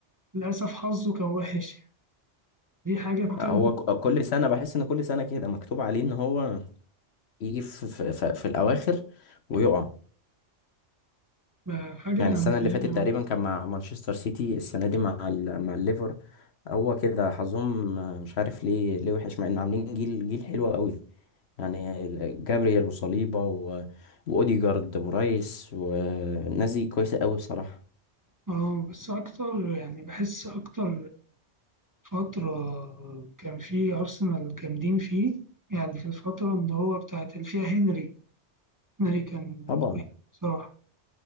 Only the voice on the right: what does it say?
للأسف حظه كان وحش يعني دي حاجة بتوجع
آه، حاجة
مؤلمة
اه بس أكتر يعني بحس أكتر فترة كان فيه أرسنال جامدين فيه يعني في الفترة اللي هو بتاعت اللي فيها هنري هنري كان رهيب
بصراحة